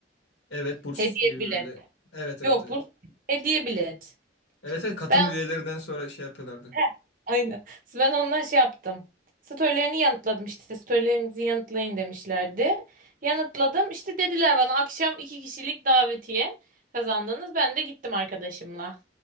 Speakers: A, on the left (about 75°); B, on the right (about 50°).
A: Evet burs
B: Hediye
A: gibi
B: bilet.
A: böyle. Evet evet
B: Yok
A: evet.
B: bu hediye bilet.
A: Evet evet katıl
B: Ben
A: üyelerinden sonra şey yapıyorlardı.
B: <laughs> aynen. Ben ondan şey yaptım. Storylerini yanıtladım işte. Storylerinizi yanıtlayın demişlerdi. Yanıtladım. İşte dediler bana akşam iki kişilik davetiye kazandınız. Ben de gittim arkadaşımla.